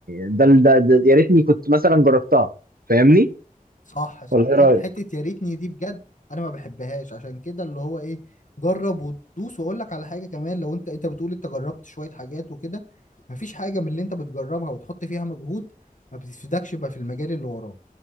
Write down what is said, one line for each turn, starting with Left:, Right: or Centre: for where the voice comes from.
Right: ده ده, ده يا ريتني كنت مثلا جربتها فاهمني
Left: صح صح
Right: ولا
Left: حت-
Right: ايه رايك
Left: حتة يا ريتني دي بجد انا ما بحبهاش عشان كده اللي هو ايه جرب وتدوس واقول لك على حاجة كمان لو انت انت بتقول انت جربت شوية حاجات وكده مفيش حاجة من اللي انت بتجربها وتحط فيها مجهود ما بتفيدكش بقى في المجال اللي وراه